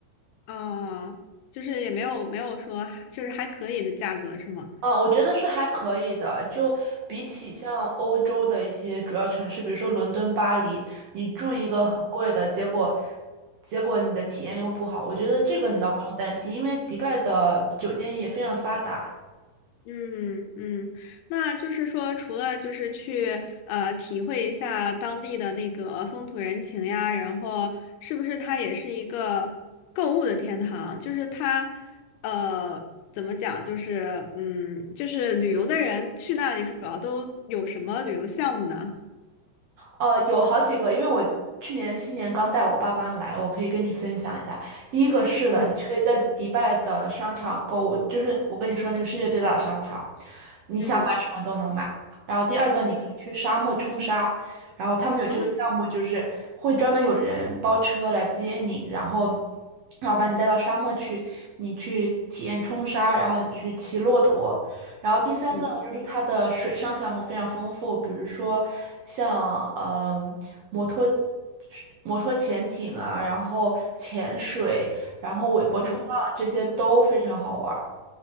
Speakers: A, on the left (about 80°); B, on the right (about 80°).
A: 啊，就是也没有没有说就是还可以的价格是吗？
B: 嗯，我觉得是还可以的。就比起像欧洲的一些主要城市，比如说伦敦、巴黎，你住一个很贵的，结果结果你的体验又不好。我觉得这个你倒不用担心，因为迪拜的酒店业非常发达，
A: 嗯嗯，那就是说，除了就是去呃体会一下当地的那个风土人情呀，然后是不是它也是一个购物的天堂？就是它呃怎么讲？就是嗯，就是旅游的人去那里主要都有什么旅游项目呢？
B: 呃，有好几个，因为我去年新年刚带我爸妈来，我可以跟你分享一下。第一个是的，
A: 嗯
B: 你可以在迪拜的商场购物，就是我跟你说那个世界最大的商场，你想买什么都能买。
A: 嗯
B: 然后第二个，
A: 嗯，
B: 你可以去沙漠冲沙，然后他们有这个项目，
A: 哦，
B: 就是会专门有人包车来接你，然后然后把你带到沙漠去，你去体验冲沙，然后你去骑骆驼，然后第三个呢，
A: 嗯
B: 就是它的水上项目非常丰富，比如说像呃摩托摩托潜艇啊，然后潜水，然后尾波冲浪这些都非常好玩儿。
A: 嗯。